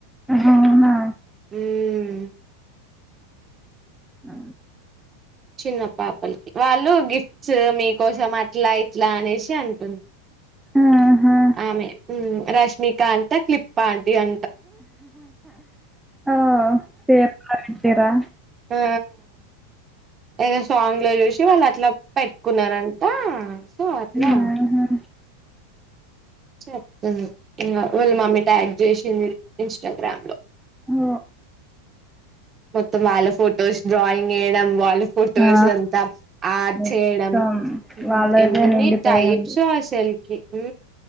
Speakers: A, in the centre; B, on the right (about 30°).
A: అవునా
B: మ్మ్
A: ఆ
B: చిన్న పాపలకి వాళ్ళు గిఫ్ట్స్ మీకోసం అట్లా ఇట్లా అనేసి అంటుంది
A: ఆహా
B: ఆమె రష్మికంత క్లిప్ప అంటీ అ
A: ఆ పేరు ఇతరా
B: ఆ ఏదో సాంగ్ లో చూసి వాళ్ళు అట్లా పెట్టుకున్నారంట సో అట్లా
A: ఆహా
B: చెప్ను ఇంకా వాళ్ళు మమ్మీ ట్యాగ్ చేసింది ఇన్స్టాగ్రామ్ లో
A: ఓ
B: మొత్తం వాళ్ళ ఫొటోస్ డ్రాయింగ్ వేయడం వాళ్ళు ఫొటోస్
A: ఆ
B: అంతా ఆడ్
A: మొత్తం
B: చేయడం
A: వాళ్ళదే
B: ఎన్ని
A: నిండిపోయి
B: టైప్స్
A: ఉంది
B: ఆ సెల్ఫ ఉ